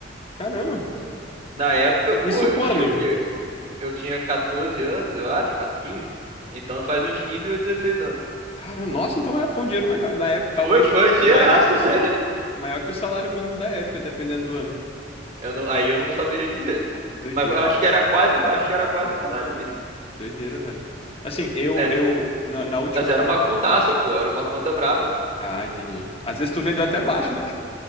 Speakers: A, on the left (about 30°); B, on the right (about 40°).
A: Caramba,
B: Na época, pô,
A: isso
B: eu
A: quando?
B: tinha o quê? eu tinha 14 anos, eu acho, 15. Então faz uns 15 ou 16 anos.
A: Caramba, nossa, então é- foi um dinheiro legal. Na época, talvez
B: Foi, foi um dinheiraço.
A: maior que os...
B: <laughs>
A: maior que o salário mínimo da época, dependendo do ano.
B: Eu não, aí eu não saberia dizer.
A: Que doideira,
B: Mas eu acho que era quase, acho que era quase o salário mínimo.
A: que doideira, velho. Assim, eu,
B: É,
A: eu, na, na última.
B: mas era uma contaça, pô, era uma conta braba.
A: Ah, entendi. Às vezes tu vendeu até baixo, né?